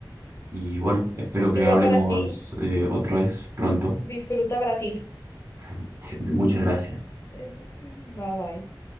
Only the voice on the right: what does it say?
y bueno, espero que
hablemos
eh, otra vez pronto.
<laughs> Muchas gracias.